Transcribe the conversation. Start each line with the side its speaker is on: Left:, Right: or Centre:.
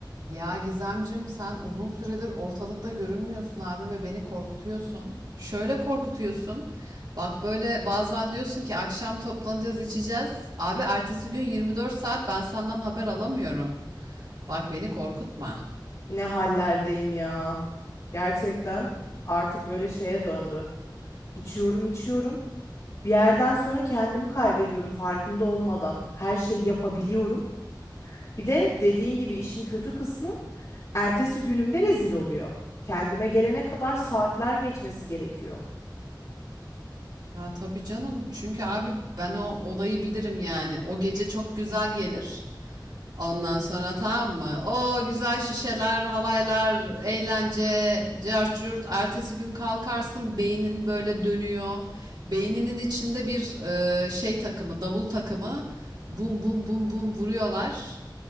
Right: Ya Gizemcim sen uzun süredir ortalıkta görünmüyorsun abi ve beni korkutuyorsun. Şöyle korkutuyorsun. Bak böyle bazen diyorsun ki akşam toplanacağız içeceğiz. Abi ertesi gün 24 saat ben senden haber alamıyorum. Bak beni korkutma.
Left: Ne hallerdeyim ya. Gerçekten artık böyle şeye döndü. İçiyorum, içiyorum. Bir yerden sonra kendimi kaybediyorum farkında olmadan. Her şeyi yapabiliyorum. Bir de dediğin gibi işin kötü kısmı ertesi günümde rezil oluyor. Kendime gelene kadar saatler geçmesi gerekiyor.
Right: Ya tabii canım çünkü abi ben o olayı bilirim yani. O gece çok güzel gelir. Ondan sonra tamam mı? O güzel şişeler, halaylar, eğlence, cart curt. Ertesi gün kalkarsın beynin böyle dönüyor. Beyninin içinde bir e, şey takımı, davul takımı. Bum bum bum bum vuruyorlar.